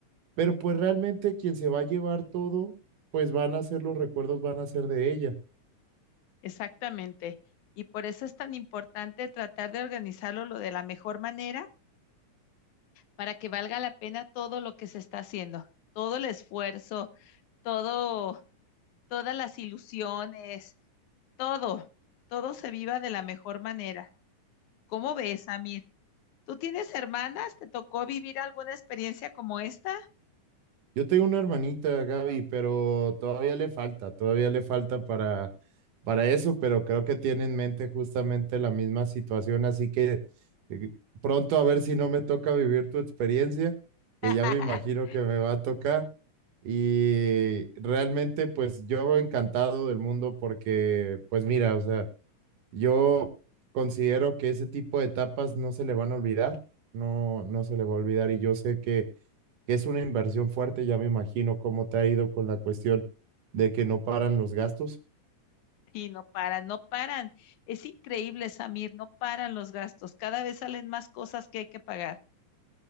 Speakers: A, on the right; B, on the left.
A: Pero pues realmente quien se va a llevar todo, pues van a ser los recuerdos, van a ser de ella.
B: Exactamente. Y por eso es tan importante tratar de organizarlo lo de la mejor manera para que valga la pena todo lo que se está haciendo, todo el esfuerzo, todo, todas las ilusiones Todo, todo se viva de la mejor manera. ¿Cómo ves, Amir? ¿Tú tienes hermanas? ¿Te tocó vivir alguna experiencia como esta?
A: Yo tengo una hermanita, Gaby, pero todavía le falta, todavía le falta para, para eso, pero creo que tiene en mente justamente la misma situación, así que eh, pronto a ver si no me toca vivir tu experiencia,
B: <laughs>
A: que ya me imagino que me va a tocar Y realmente, pues yo encantado del mundo porque, pues mira, o sea, yo considero que ese tipo de etapas no se le van a olvidar, no, no se le va a olvidar y yo sé que, que es una inversión fuerte, ya me imagino cómo te ha ido con la cuestión de que no paran los gastos.
B: Y no paran, no paran. Es increíble, Samir, no paran los gastos. Cada vez salen más cosas que hay que pagar.